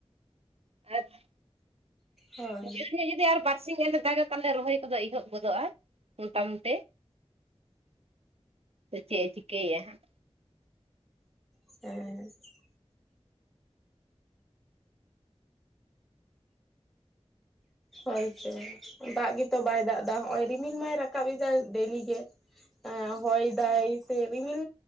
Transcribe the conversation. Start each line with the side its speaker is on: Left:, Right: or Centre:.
Right: <unintelligible>
Centre: ᱦᱳᱭ
Right: ᱡᱩᱨ ᱜᱮ ᱡᱩᱫᱤ ᱟᱨ ᱵᱟᱨ <unintelligible> ᱥᱤᱧ ᱧᱤᱫᱟᱹ ᱫᱟᱜᱟ ᱛᱟᱞᱮ ᱨᱚᱦᱚᱭ ᱠᱚᱫᱚ ᱮᱦᱚᱵ ᱜᱚᱫᱚᱜᱼᱟ ᱢᱚᱴᱟᱢᱩᱴᱤ ᱥᱮ ᱪᱮ ᱪᱤᱠᱭᱟ ᱦᱟᱜ
Centre: <unintelligible> ᱦᱳᱭ ᱛᱚ ᱫᱟᱜ ᱜᱮᱛᱚ ᱵᱟᱭ ᱫᱟᱜ ᱫᱟ ᱦᱚᱜᱼᱚᱭ ᱨᱤᱢᱤᱞ ᱢᱟᱭ ᱨᱟᱠᱟᱵ ᱫᱟ ᱰᱮᱞᱤᱜᱮ ᱦᱮᱸ ᱦᱚᱭ ᱫᱟᱭ ᱥᱮ ᱨᱤᱢᱤᱞ